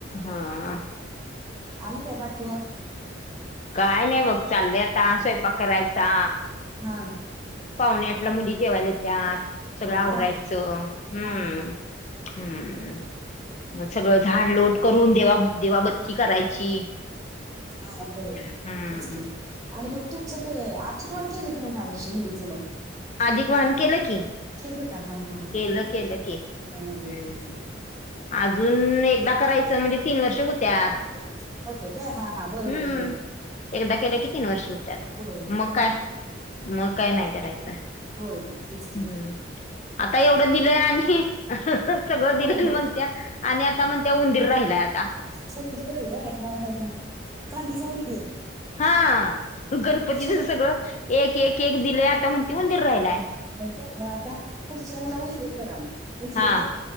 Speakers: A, on the left; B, on the right.
A: हा.
B: आणि काय? बाकी मग
A: काय नाही बघ चालले आता स्वयंपाक करायचा.
B: हा.
A: पावणे आटला मुली जेवायला त्या. सगळं
B: होय
A: आवरायचं
B: काय
A: हम्म,
B: हा हा हा
A: हम्म.
B: बरं, बरं.
A: मग सगळं झाड लोट करून देवा देवाबत्ती करायची.
B: हा होय
A: हम्म.
B: तेचकी. आणि मग तुमचं ते आधिकवान केलं की नाही ह्या वर्षी मुलीचं मग.
A: अधिक वान केलं की.
B: केलं का हा हा हा
A: केलं केलं क
B: हा हा,
A: हम्.
B: तेच
A: अजून एकदा करायचं म्हणजे तीन वर्ष होत्या
B: होतेच होते काय हा हा बरोबर
A: हम्म
B: होय होय
A: एकदा केलं की तीन वर्ष होत्यात.
B: होय
A: मग काय मग काय नाही करायचं.
B: होय होय तेच
A: हम्म.
B: कि.
A: आता एवढं दिलंय आणि सगळं
B: होय
A: दिलं
B: होय
A: म्हणत्या - आत्या म्हणतात उंदीर राहिलाय आता.
B: खूप दिवस झाले हा हा हा. चांदीचा उंदीर
A: हा
B: आता
A: गणपतीच
B: पुढच्या वेळी
A: सगळं. एक - एक - एक दिलेयं आता म्हणते उंदीर राहिलायं.
B: म का पुढच्या ला उंदीर कारा मंग उंदीर
A: हा
B: द्या.